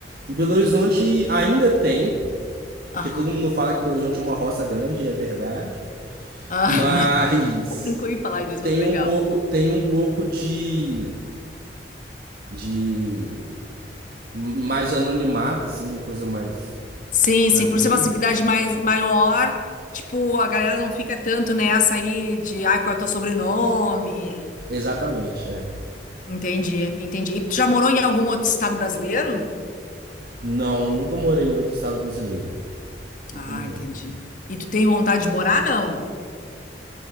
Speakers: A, on the right; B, on the left.
A: E Belo
B: entendi.
A: Horizonte ainda tem, porque
B: Aham.
A: todo mundo fala que Belo Horizonte é uma roça grande, e é verdade.
B: Aham.
A: Mas
B: <laughs> Nunca ouvi falar disso,
A: tem
B: mas legal.
A: um pouco, tem um pouco de, de mais anonimato, assim, uma coisa mais
B: Sim,
A: tranquila.
B: sim, por ser uma cidade mais, maior, tipo, a galera não fica tanto nessa aí de, ai, qual é o teu sobrenome?
A: Exatamente, é.
B: Entendi, entendi. E tu já morou em algum outro estado brasileiro?
A: Não, nunca morei em outro estado brasileiro. Nunca
B: Ah,
A: morei.
B: entendi. E tu tem vontade de morar, não?